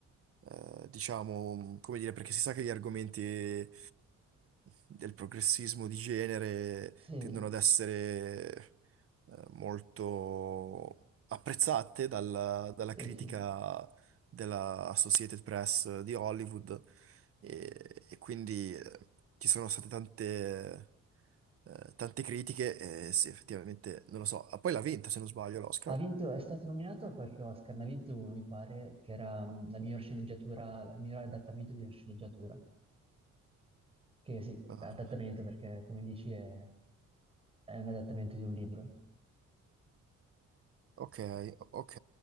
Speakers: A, on the right; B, on the right.
A: eh, diciamo, come dire, perché si sa che gli argomenti eh, del progressismo di genere
B: Sì,
A: tendono ad essere eh, molto apprezzate dalla, dalla
B: sì,
A: critica
B: sì.
A: della Associated Press di Hollywood e, e quindi eh, ci sono state tante, eh, tante critiche e sì, effettivamente, non lo so, Ah, poi l'ha vinta se non sbaglio l'Oscar.
B: Ha vinto, è stato nominato a qualche Oscar, ne ha vinto uno, mi pare, che era mm, la miglior sceneggiatura, il miglior adattamento di una sceneggiatura. Che sì,
A: Ah,
B: adattamento perché, come dici, è, è un adattamento di un libro.
A: Ok, ok.